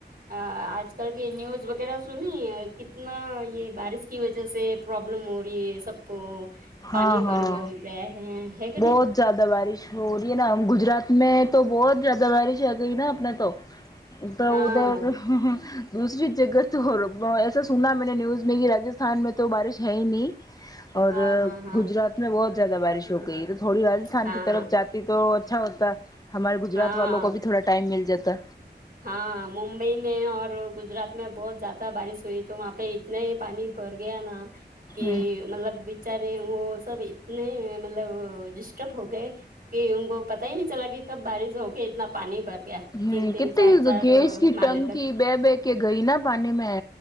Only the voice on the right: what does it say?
آج کل کی نیوز وغیرہ سنی کتنا یے بارش کی وجہ سے پرابلم ہو رہی ہے سب کو پانی
بھر ور گیا ہے ہے کی نہیں
ہاں
ہاں ہاں ہاں
ہاں
ہاں
ہاں ممبئی میں اور گجرات میں بہت زیادہ بارش ہوئی تو وہاں پے اتنا ہی پانی بھر گیا نا کہ
مطلب بچارے وہ سب اتنے مطلب ڈسٹرب ہو گئے کہ ان کو پتہ ہی نہیں چلا کی کب بارش ہوگی اتنا پانی بھر گیا
تین تین
چار چار
مالے
تک